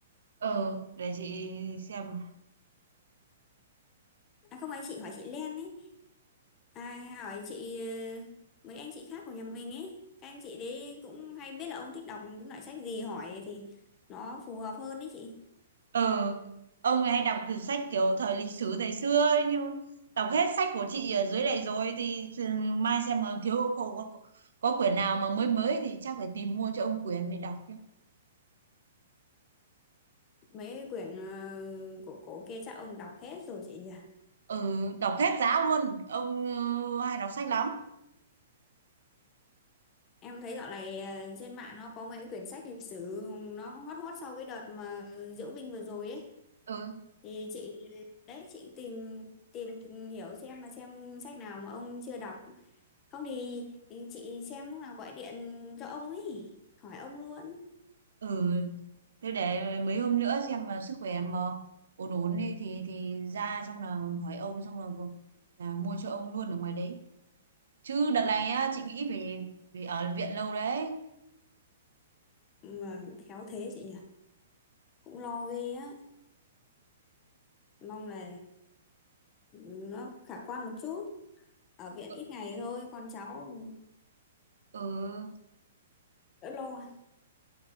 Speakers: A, on the right; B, on the left.
A: ờ để chị xem
B: à không ai chị hỏi chị Len ấy à hỏi chị ờ, mấy anh chị khác của nhà mình ấy các anh chị đấy cũng hay biết là ông thích đọc những loại sách gì hỏi thì nó phù hợp hơn đấy chị
A: Ờ, ông ấy hay đọc từ sách kiểu thời lịch sử thời xưa ấy, nhưng đọc hết sách của chị ở dưới này rồi thì thì mai xem mà thiếu có, có, có quyển nào mà mới mới thì chắc phải tìm mua cho ông quyển để đọc chứ.
B: mấy quyển ờ, của cổ kia chắc ông đọc hết rồi chị nhỉ
A: Ừ, đọc hết giá luôn. Ông ờ, hay đọc sách lắm.
B: Em thấy dạo này ờ, trên mạng nó có mấy cái quyển sách lịch sử nó hot hot sau cái đợt mà diễu binh vừa rồi ấy
A: Ừ,
B: thì chị đấy chị tìm tìm hiểu xem là xem sách nào mà ông chưa đọc không thì, thì chị xem lúc nào gọi điện cho ông ấy hỏi ông luôn
A: ừ. Thế để mấy hôm nữa xem mà sức khỏe mà ổn ổn đi thì thì ra xong là hỏi ông xong là là mua cho ông luôn ở ngoài đấy. Chứ đợt này á, chị nghĩ về vì ở viện lâu đấy.
B: mà khéo thế chị nhỉ cũng lo ghê á mong là nó khả quan một chút ở viện
A: Ừ.
B: ít ngày thôi con cháu
A: ừ.
B: đỡ lo